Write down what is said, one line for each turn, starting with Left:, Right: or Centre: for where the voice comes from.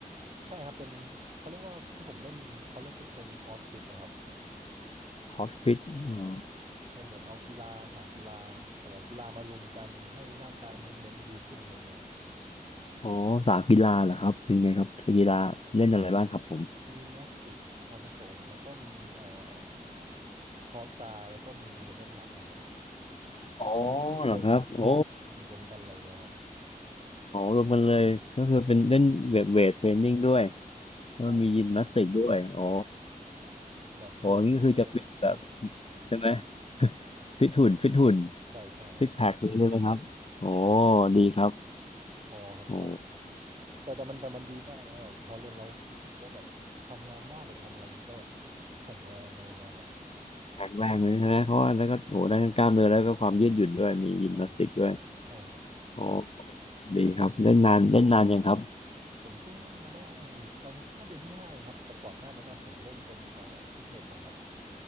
Right: ใช่ครับเป็นเขาเรียกว่าที่ผมเล่นเขาเรียกเป็นเป็นคอร์สฟิตนะครับ
Left: คอสฟิตอ๋อ
Right: เป็นเป็นเหมือนเอากีฬาสามกีฬาอะไรกีฬามารวมกันให้ร่างกายมูฟเมนต์ดีขึ้นอะไรอย่างเลยครับ
Left: อ๋อสายกีฬาเหรอครับเป็นไงครับกีฬาเล่นอะไรบ้างครับผม
Right: มียิมนาสติกมาผสมแล้วก็มีเอ่อเพาะกายแล้วก็มียกน้ำหนักอะครับ
Left: อ๋อ
Right: ด้วย
Left: เหรอครับโอ้
Right: รวมกันอะไรอย่างเงี้ยครับ
Left: อ๋อรวมกันเลยก็คือเป็นเล่นเวทเวทเทรนนิ่งด้วยแล้วมียิมนาสติกด้วยอ๋อ
Right: ใช่ครับแบบยกก็เลยนะ
Left: โอ้นี่คือจะฟิตแบบใช่ไหม <laughs> ฟิตหุ่นฟิตหุ่น
Right: ใช่ใช่ครับ
Left: ซิกแพคเลยใช่ไหมครับโอ้ดีครับ
Right: พอครับพอ
Left: โอ้
Right: แต่แต่มันแต่มันดีมากนะแบบพอเล่นแล้วรู้สึกว่าแบบทำงานบ้านหรือทำอะไรอย่างนี้ก็แข็งแรงอะไรอย่างเงี้ยครับ
Left: แข็งแรงเลยใช่ไหมเพราะว่าแล้วก็โอ้ได้ทั้งกล้ามเนื้อแล้วก็ความยืดหยุ่นด้วยมียิมนาสติกด้วย
Right: ใช่ครับใช่ครับ
Left: อ๋อดีครับเล่นนานเล่นนานยังครับ
Right: ผมเพิ่งเล่นมาได้ตอนนี้เข้าเดือนที่ห้าเองครับแต่ก่อนหน้านั้นนะผมเล่นเป็นเอ่อฟิตเนสนะครับ